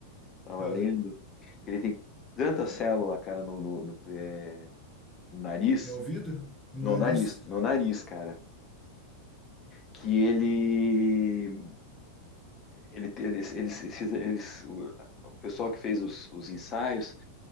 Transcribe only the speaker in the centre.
ah,
no ouvido? No
nariz?